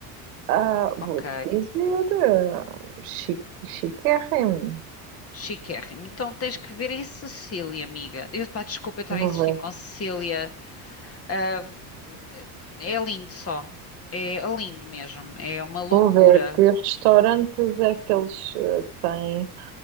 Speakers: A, on the right; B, on the left.
A: ah, vou-te
B: ok.
A: dizer, ah, chi, chiquérrimo,
B: Chiquérrimo. Então tens que ver em Sicília, amiga. Eu, pá, desculpa eu estar
A: vou
B: a insistir
A: ver,
B: com Sicília. Ahm, é lindo só. É lindo mesmo. É uma loucura.
A: vou ver que restaurantes é que eles ah, têm,